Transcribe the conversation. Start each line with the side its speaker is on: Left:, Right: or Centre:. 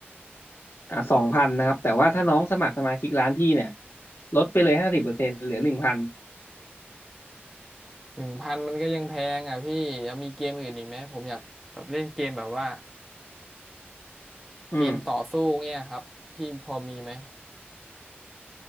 Left: อ่าสองพันนะครับแต่ว่าถ้าน้องสมัครสมาชิกร้านพี่เนี่ยลดไปเลยห้าสิบเปอร์เซ็นต์เหลือหนึ่งพัน
Centre: หนึ่งพันมันก็ยังแพงอ่ะพี่ยังมีเกมอื่นอีกไหมผมอยากแบบเล่นเกมแบบว่า
Left: อืม
Centre: เกมต่อสู้เนี่ยครับพี่พอมีไหม